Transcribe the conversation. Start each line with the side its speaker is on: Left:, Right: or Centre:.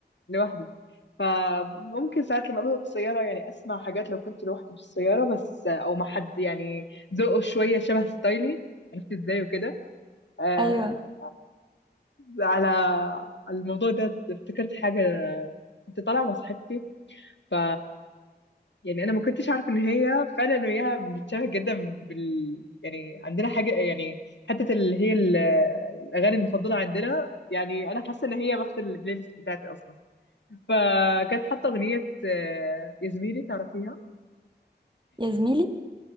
Left: لوحدي فممكن ساعات لما ابقى في السياره يعني اسمع حاجات لو كنت لوحدي في السياره بس آه، او مع حد يعني ذوقه شويه شبه ستايلي عرفت ازاي وكده آه
Right: ايوه
Left: على على الموضوع ده افتكرت حاجة كنت طالعة مع صاحبتي ف يعني أنا ما كنتش عارفة إن هي فعلا أنا وياها بنتشابه جدا بال يعني عندنا حاجة يعني حتة اللي هي ال- الأغاني المفضلة عندنا يعني أنا حاسة إن هي واخدة البلاي ليست بتاعتي أصلا فكانت حاطة أغنية آه، يا زميلي تعرفيها؟
Right: يا زميلي